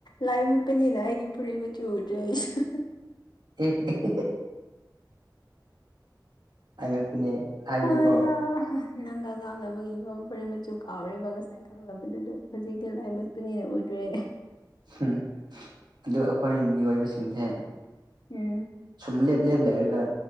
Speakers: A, on the left; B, on the right.
A: ꯂꯥꯏ ꯃꯨꯠꯄꯅꯤꯅ ꯑꯩꯒꯤ ꯐꯨꯔꯤ ꯃꯆꯨ ꯎꯗ꯭ꯔꯦ ꯑꯩꯁꯨ
B: <unintelligible> ꯑꯩꯉꯛꯄꯅꯦ ꯍꯥꯏꯕꯗꯤꯀꯣ
A: ꯑꯌꯥ ꯅꯪꯒ ꯉꯥꯡꯅꯕꯒꯤꯒꯣ ꯐꯨꯔꯤ ꯃꯆꯨ ꯀꯥꯎꯔꯦꯕ ꯉꯁꯥꯏ ꯈꯪꯂꯕꯗꯨꯗꯣ ꯍꯧꯖꯤꯛꯇꯤ ꯂꯥꯏ ꯃꯨꯠꯄꯅꯤꯅ ꯎꯗ꯭ꯔꯦ꯫
B: ꯎꯝ ꯑꯗꯨ ꯑꯈꯣꯏ ꯃꯤꯑꯣꯏꯕꯁꯤꯡꯁꯦ
A: ꯎꯝ
B: ꯁꯨꯝ ꯂꯦꯞ ꯂꯦꯞ ꯂꯩꯔꯒ